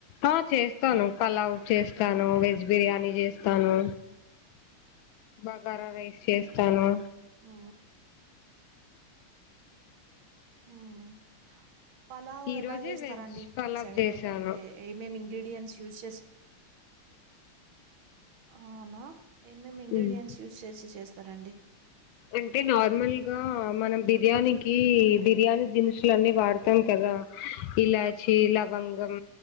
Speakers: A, on the left; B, on the right.
A: ఆ చేస్తాను పలావ్ చేస్తాను వెజ్ బిర్యానీ చేస్తాను బగారా రైస్ చేస్తాను
B: ఆ ఉమ్ పలావు
A: ఈ
B: ఎలా
A: రోజే
B: చేస్తారండి
A: వెజ్ పలావ్
B: మీ సైడ్
A: చేశాను
B: అంటే ఏమేమి ఇంగ్రీడియంట్స్ యూస్ చేసి అవునా ఏమేమి ఇంగ్రీడియంట్స్
A: హ్మ్
B: యూజ్ చేసి చేస్తారండి
A: అంటే నార్మల్ గా మనం బిర్యానీకి బిర్యానీ దినుసులన్నీ వాడు తాం కదా ఇలాచి లవంగం